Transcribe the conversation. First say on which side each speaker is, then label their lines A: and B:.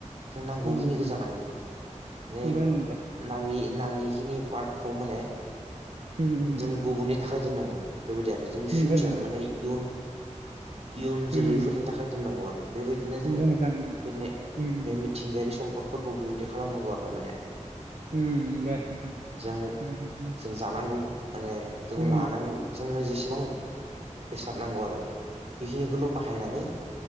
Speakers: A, on the right; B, on the right.
A: जों नांगौखिनिखौ
B: उम उम
A: जानांगौ नै
B: बुंगोन दे।
A: नाङि नाङिखिनि पार्टखौ माने
B: उम उम
A: जों
B: उम
A: गुबुननि थाखाय दोननांगौ बेबायदि आरो जोंनि
B: बुंगोन
A: फिउचार
B: दे
A: माने इयुन इयुन जोलैफोरनि
B: उम
A: थाखाय दोननांगौ आरो बेबायदिनो जों
B: बुंगोन नोंथां
A: बेनो
B: उम
A: बे मिथिंगायारि सम पदफोरखौ बिबायदि खालामनांगौ आरो माने
B: उम उम दे नोंथां।
A: जों
B: उम
A: जानांगौ माने जों
B: उम
A: लानां जोंनो जेसेबां बेसाद नांगौ आरो बेखिनि खौल बाहायनानै